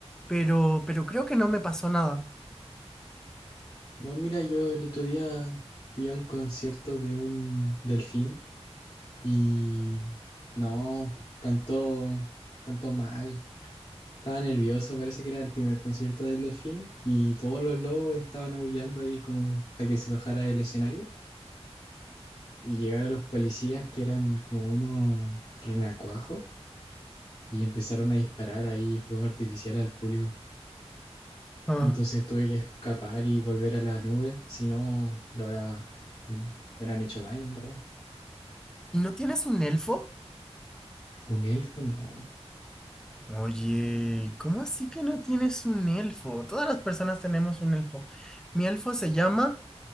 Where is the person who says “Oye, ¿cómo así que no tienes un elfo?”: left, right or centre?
Centre